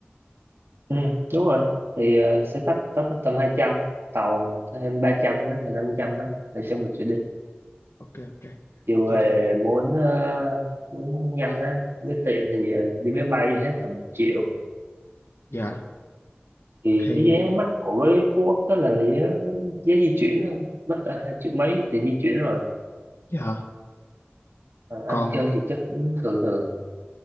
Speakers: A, on the right; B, on the left.
A: ừ, đúng rồi thì ờ, xe khách tấp tầm 200 tàu thêm ba trăm đó là 500 á là cho một chuyến đi
B: ok ok
A: chiều
B: vậy
A: về
B: thì
A: muốn ờ, muốn nhanh á với tiện thì ờ, đi máy bay hết tầm một triệu
B: dạ
A: thì
B: thì
A: cái vé mắc của Phú Quốc đó là vé vé di chuyển thôi mất ờ, hai triệu mấy tiền di chuyển rồi
B: dạ
A: còn ăn
B: còn
A: chơi thì chắc cũng thường thường